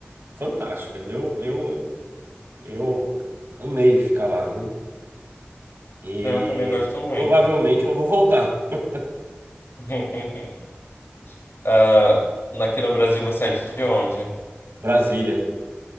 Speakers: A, on the right; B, on the left.
A: fantástica. Eu, eu Eu amei ficar lá, viu? E
B: Eu também gosto muito.
A: provavelmente eu vou voltar. <laughs>
B: <laughs> Ah, aqui no Brasil você é de onde?
A: Brasília,